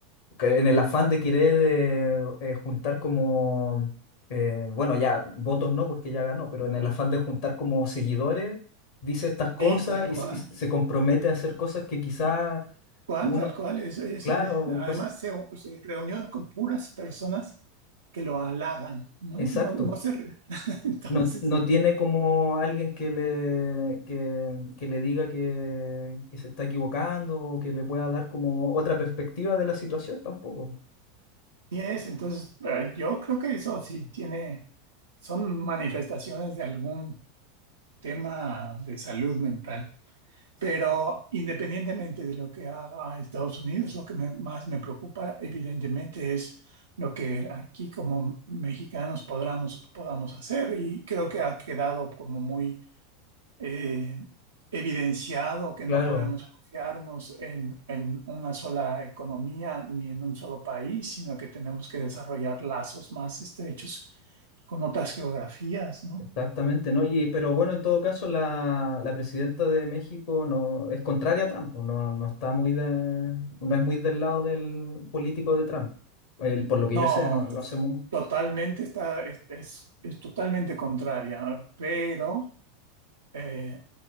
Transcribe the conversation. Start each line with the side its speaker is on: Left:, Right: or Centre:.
Left: que en el afán de querer eh, eh, juntar como, eh, bueno, ya votos no porque ya ganó, pero en el afán de juntar como seguidores, dice estas cosas
Right: Sí, tal
Left: y
Right: cual.
Left: se, y se compromete a hacer cosas que quizá
Right: cual,
Left: uno,
Right: tal cual. Eso es,
Left: claro,
Right: es- además,
Left: cos-
Right: se, se reunió con puras personas que lo halagan, ¿no?
Left: exacto,
Right: No, no se. re- <laughs> Entonces,
Left: no, no tiene como alguien que le, que, que le diga que, que se está equivocando o que le pueda dar como otra perspectiva de la situación tampoco.
Right: y es, entonces, eh, yo creo que eso sí tiene. Son manifestaciones de algún tema de salud mental. Pero independientemente de lo que haga Estados Unidos, lo que me- más me preocupa, evidentemente, es lo que aquí como mexicanos podamos, podamos hacer. Y creo que ha quedado como muy eh, evidenciado que
Left: Claro.
Right: no podemos confiarnos en, en una sola economía ni en un solo país, sino que tenemos que desarrollar lazos más estrechos con otras geografías, ¿no?
Left: Exactamente, ¿no? Y, pero bueno, en todo caso, la, la presidenta de México no es contraria a Trump, pues, no, no está muy de, no es muy del lado del político de Trump. El- por lo que
Right: No,
Left: yo sé, no, no
Right: to-
Left: sé muy
Right: totalmente está, es, es- es totalmente contraria, pero eh,